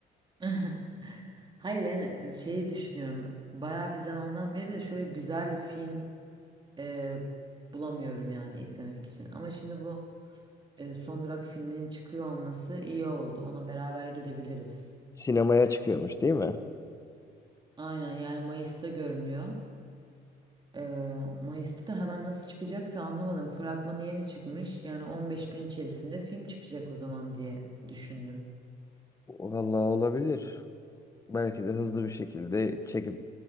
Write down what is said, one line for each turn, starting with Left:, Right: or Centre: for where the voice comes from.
Right: <laughs> Hayır yani şeyi düşünüyorum. Bayağı bir zamandan beri de şöyle güzel bir film e, bulamıyorum yani izlemek için. Ama şimdi bu e, Son Durak filminin çıkıyor olması iyi oldu. Ona beraber gidebiliriz.
Left: Sinemaya çıkıyormuş değil mi?
Right: Aynen yani Mayıs'ta görünüyor. E, Mayıs'ta da hemen nasıl çıkacaksa anlamadım. Fragmanı yeni çıkmış. Yani 15 gün içerisinde film çıkacak o zaman diye düşündüm.
Left: Vallahi olabilir. Belki de hızlı bir şekilde çekip